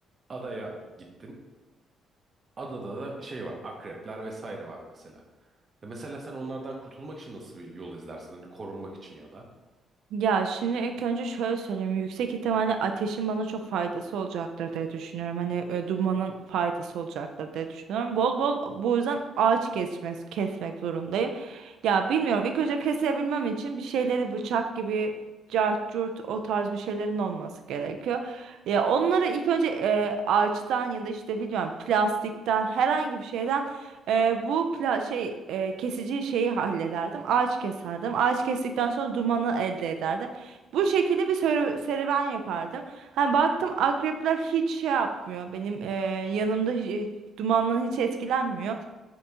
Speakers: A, on the right; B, on the right.
A: Adaya gittin. Adada da şey var. Akrepler vesaire var mesela. E mesela sen onlardan kurtulmak için nasıl bir yol izlersin? Hani korunmak için ya da.
B: Ya şimdi ilk önce şöyle söyleyeyim. Yüksek ihtimalle ateşin bana çok faydası olacaktır diye düşünüyorum. Hani e, dumanın faydası olacaktır diye düşünüyorum. Bol bol bu yüzden ağaç kesmez, kesmek zorundayım. Ya bilmiyorum. İlk önce kesebilmem için bir şeyleri bıçak gibi cart curt o tarz bir şeylerin olması gerekiyor. Ya onları ilk önce e, ağaçtan ya da işte bilmiyorum plastikten herhangi bir şeyden ee, bu pla şey e, kesici şeyi hallederdim. Ağaç keserdim. Ağaç kestikten sonra dumanı elde ederdim. Bu şekilde bir serü- serüven yapardım. Hani baktım akrepler hiç şey yapmıyor. Benim e, yanımda hi- dumandan hiç etkilenmiyor.